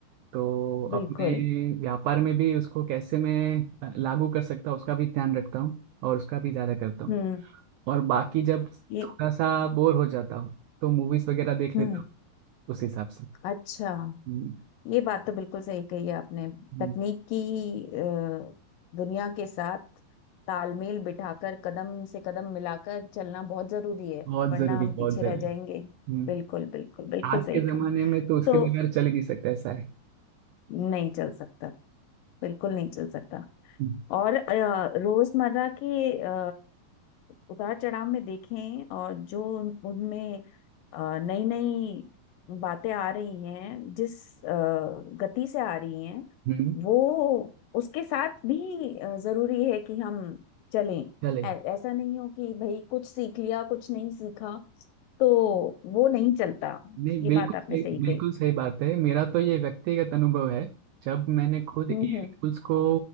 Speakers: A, on the right (about 85°); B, on the left (about 80°).
A: तो अपने
B: बिल्कुल
A: व्यापार में भी उसको कैसे मैं अ, लागू कर सकता हूँ उसका भी ध्यान रखता हूँ और उसका भी ज़्यादा करता हूँ
B: हम्म
A: और बाकी जब
B: ये
A: थोड़ा सा बोर हो जाता हूँ तो मूवीज़ वगैरह देख
B: हम्म
A: लेता हूँ उस हिसाब से
B: अच्छा
A: हम्म,
B: ये बात तो बिल्कुल सही कही है आपने
A: हम्म,
B: तकनीक की अ, दुनिया के साथ तालमेल बिठाकर कदम से कदम मिलाकर चलना बहुत जरूरी है
A: बहुत
B: वरना
A: ज़रूरी
B: हम
A: बहुत
B: पीछे
A: ज़रूरी
B: रह जाएंगे
A: हम्म,
B: बिल्कुल बिल्कुल बिल्कुल
A: आज
B: सही
A: के ज़माने
B: कहा
A: में तो उसके
B: तो
A: बगैर चल ही नहीं सकता ऐसा है
B: नहीं चल सकता बिल्कुल नहीं चल सकता
A: हम्म,
B: और अ, रोजमर्रा के अ, उतार चढ़ाव में देखें और जो उन- उनमें नई नई बातें आ रही हैं जिस अ, गति से आ रही हैं
A: हम्म,
B: वो उसके साथ भी अ, जरूरी है कि हम चलें
A: चले
B: ऐ- ऐसा नहीं हो कि भाई कुछ सीख लिया कुछ नहीं सीखा तो वो नहीं चलता
A: नहीं
B: ये
A: बिल्कुल
B: बात आपने
A: सही
B: सही
A: बिल्कुल
B: कही
A: सही बात है मेरा तो ये व्यक्तिगत अनुभव है जब मैंने खुद एआई
B: हम्म हम्म
A: टूल्स को